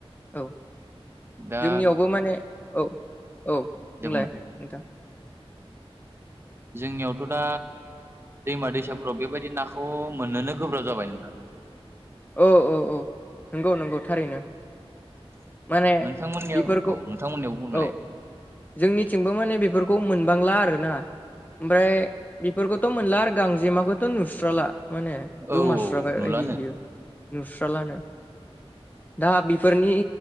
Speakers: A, on the left; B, on the right.
A: औ
B: दा
A: जोंनियावबो माने औ औ बुंलाय
B: दे बुंनाय
A: नोंथां।
B: जोंनियावथ' दा दैमा दैसाफोराव बेबायदि नाखौ मोननोनो गोब्राब जाबाय नोंथां।
A: औ औ औ नंगौ नंगौ थारैनो। माने
B: नोंथांमोननियाव
A: बेफोरखौ
B: औ नोंथांमोननियाव बुंमोनलाय।
A: औ जोंनिथिंबो माने बेफोरखौ मोनबांला आरोना। ओमफ्राय बेफोरखौथ' मोनला आरो गांजेमाखौथ' नुस्राला। माने
B: औ
A: गोमास्राबाय
B: औ नुलानो
A: बायदि बियो नुस्रालानो। दा बेफोरनि